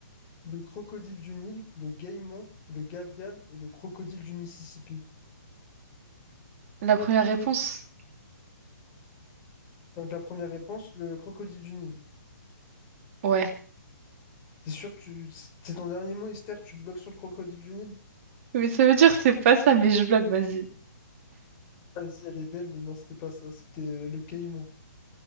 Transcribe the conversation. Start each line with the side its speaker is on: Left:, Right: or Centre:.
Left: Le crocodile du Nil, le caïman, le gavial et le crocodile du Mississippi.
Right: La première réponse?
Left: Donc la première réponse, le crocodile du Nil.
Right: Ouais.
Left: T'es sûr que tu... c'est ton dernier mot, Esther? Tu bloques sur le crocodile du Nil?
Right: Mais ça veut dire que c'est pas ça, mais je blague, vas-y.
Left: Vas-y, elle est belle, mais non, c'était pas ça. C'était le caïman.